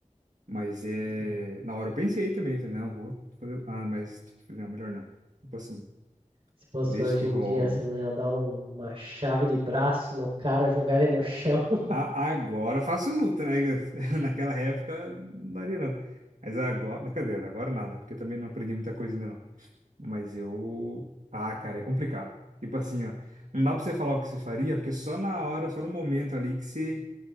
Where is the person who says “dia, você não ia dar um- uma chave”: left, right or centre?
Right